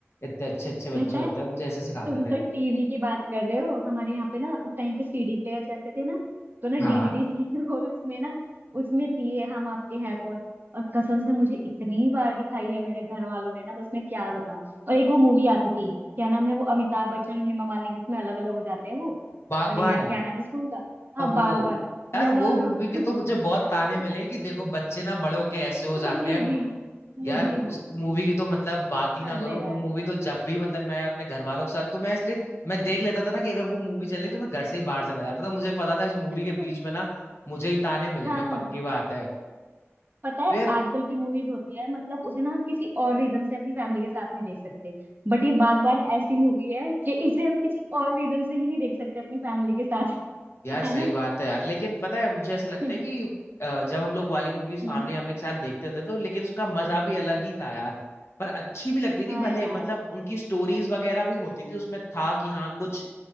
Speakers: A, on the left; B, on the right.
A: इतने अच्छे अच्छे बच्चे
B: पता
A: होते
B: है
A: हैं मुझे ऐसे सिखाते
B: तुम तो
A: थे
B: टीवी की बात कर रहे हो हमारे यहाँ पे ना उस टाइम पे सीडी प्लेयर चलते थे ना तो ना
A: हाँ
B: डीवीडी थी <laughs> और उसमें ना उसमें थी ये हम आपके हैं कौन और कसम से मुझे इतनी बार दिखाई है मेरे घर वालों ने ना बस मैं क्या बताऊं और एक वो मूवी आती थी क्या नाम है वो अमिताभ बच्चन और हेमा मालिनी जिसमें अलग अलग हो जाते हैं वो
A: बागवान
B: अरे यार क्या नाम है उस मूवी का हाँ
A: अब
B: बागबान
A: वो
B: यार
A: यार वो मूवी के तो मुझे
B: <laughs>
A: बहुत ताने मिले कि देखो बच्चे ना बड़े होके ऐसे हो
B: मुझे
A: जाते हैं
B: भी मुझे
A: यार उस
B: भी
A: मूवी की तो मतलब बात ही
B: हद
A: ना करो
B: है यार
A: वो मूवी तो जब भी मतलब मैं अपने घर वालों के साथ तो मैं इसलिए मैं देख लेता था ना कि अगर वो मूवी चली तो मैं घर से ही बाहर चला जाता था मुझे पता था इस मूवी
B: <laughs>
A: के बीच में ना मुझे ही ताने मिलेंगे
B: हाँ
A: पक्की बात है
B: पता है
A: तो यार
B: आजकल की मूवीज होती है मतलब उसे ना हम किसी और रीजन से अपनी फैमिली के साथ नहीं देख सकते बट ये बागबान ऐसी मूवी है कि इसे हम किसी और रीजन से ही नहीं देख सकते अपनी फैमिली के साथ
A: यार
B: <laughs>
A: सही
B: है ना
A: बात है यार लेकिन पता है मुझे ऐसा लगता
B: <laughs>
A: है कि अ, जब हम लोग वाली मूवीज
B: हम्म
A: फैमिली वैमिली के साथ देखते थे तो लेकिन उसका मजा भी अलग ही था यार पर अच्छी भी लगती थी
B: हाँ
A: भले
B: यार
A: मतलब उनकी स्टोरीज वगैरह भी होती थी उसमें था कि हाँ कुछ